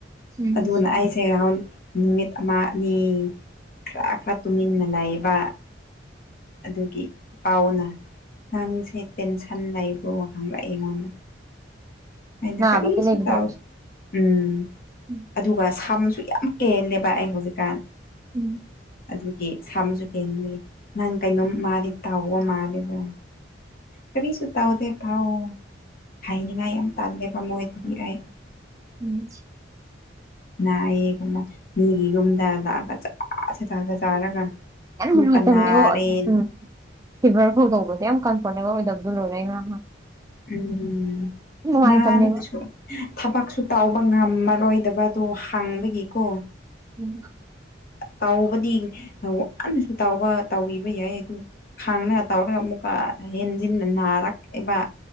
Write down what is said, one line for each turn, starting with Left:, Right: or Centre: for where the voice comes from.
Right: ꯎꯝ
Left: ꯑꯗꯨꯅ ꯑꯩꯁꯦ ꯅꯨꯃꯤꯠ ꯑꯃ ꯑꯅꯤ ꯈꯔ ꯈꯔ ꯇꯨꯃꯤꯟꯅ ꯂꯩꯕ ꯑꯗꯨꯒꯤ ꯄꯥꯎꯅ ꯅꯪꯁꯦ ꯇꯦꯟꯁꯟ ꯂꯩꯕ ꯋꯥꯈꯪ ꯂꯥꯛ ꯑꯩꯉꯣꯟꯗ ꯑꯩꯅ
Right: ꯅꯥꯕꯒꯤ
Left: ꯀꯔꯤꯁꯨ
Right: ꯂꯩꯕꯗꯣ
Left: ꯇꯥꯎ ꯎꯝ
Right: ꯎꯝ
Left: ꯑꯗꯨꯒ ꯁꯝꯁꯨ ꯌꯥꯝ ꯀꯦꯜꯂꯦꯕ ꯑꯩ ꯍꯧꯖꯤꯛꯀꯥꯟ
Right: ꯎꯝ
Left: ꯑꯗꯨꯒꯤ ꯁꯥ ꯑꯃꯁꯁꯨ ꯀꯦꯒꯤ ꯅꯪ ꯀꯩꯅꯣꯝ ꯃꯥꯔꯤ ꯇꯥꯎꯒ ꯃꯥꯔꯤꯗꯣ ꯀꯔꯤꯁꯨ ꯇꯥꯎꯗꯦ ꯄꯥꯎ ꯍꯥꯏꯅꯤꯡꯉꯥꯏ ꯌꯥꯝ ꯇꯥꯗꯦꯕ ꯃꯣꯏꯗꯗꯤ ꯑꯩ
Right: ꯎꯝ
Left: ꯅꯥꯑꯌꯦꯒꯨꯝꯕ ꯃꯤꯒꯤꯒꯨꯝꯗ ꯂꯥꯛꯑꯒ ꯆꯦ ꯆ ꯆꯥꯔꯒ
Right: ꯌꯥꯝ
Left: ꯑꯃꯨꯛꯀ
Right: ꯅꯨꯡꯉꯥꯏꯇꯕꯅꯤꯉꯣ
Left: ꯅꯥꯔꯦ
Right: ꯎꯝ ꯐꯤꯚꯔ ꯐꯧꯗꯧꯕꯗꯤ ꯌꯥꯝ ꯀ ꯐꯅꯦꯃꯤ ꯗꯝꯕꯨꯨ ꯂꯣꯔꯦ ꯍꯥ
Left: ꯎꯝ
Right: ꯅꯨꯡꯉꯥꯏꯇꯕꯅꯦꯕ
Left: ꯅꯍꯥꯟꯁꯨ ꯊꯕꯛꯁꯨ ꯇꯥꯎꯕ ꯉꯝꯃꯔꯣꯏꯗꯕ ꯑꯗꯨ ꯍꯥꯡꯕꯒꯤ ꯀꯣ
Right: ꯎꯝ
Left: ꯇꯥꯎꯕꯗꯤ ꯋꯥꯅꯁꯨ ꯇꯥꯎꯕ ꯇꯧꯕꯤꯕ ꯌꯥꯏ ꯑꯗꯨ ꯈꯥꯡꯅꯒ ꯇꯥꯎꯔꯒ ꯑꯃꯨꯛꯀ ꯍꯦꯟꯖꯤꯟꯅ ꯅꯥꯔꯛꯑꯕ